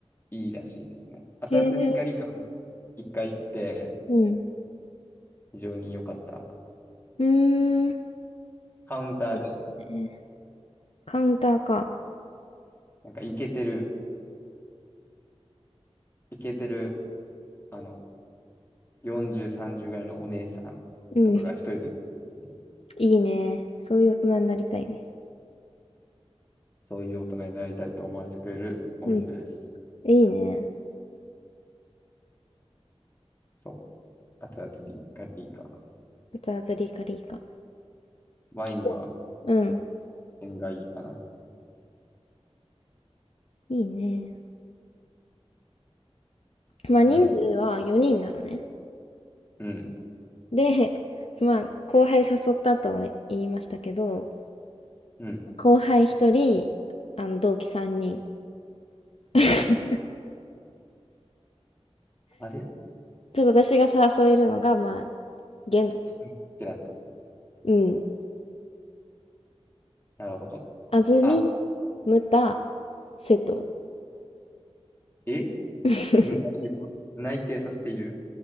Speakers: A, on the left; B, on the left.
A: いいらしいですね。熱々リカリカを
B: へえ、
A: 一回行って、
B: うん。
A: 非常に良かった。
B: うーん。い
A: カウンターで、
B: いですねカウンターか。
A: なんかイケてる、イケてる、あの、40、30ぐらいのお姉さんとかが一人でする。
B: うん。いいね。そういう大人になりたいね。
A: そういう大人になりたいと思わせてくれるお店です。
B: うん。いいね。
A: そう。熱々リカリカ。
B: 熱々り、カリカ。
A: ワインは
B: 結構。うん。
A: 縁がいいかな。
B: いいね。まあ人数は4人なのね。
A: うん、うん、
B: で、まあ後輩誘ったとは言いましたけど、
A: うん。
B: 後輩1人、あの同期3人。<laughs>
A: あれあれ
B: ちょっと私が誘えるのが、まあ、限度。
A: 一人だけだった。
B: うん。
A: なるほど。
B: 安住、
A: あ、
B: ムタ、瀬戸。
A: え
B: <laughs>
A: 無駄に内定させている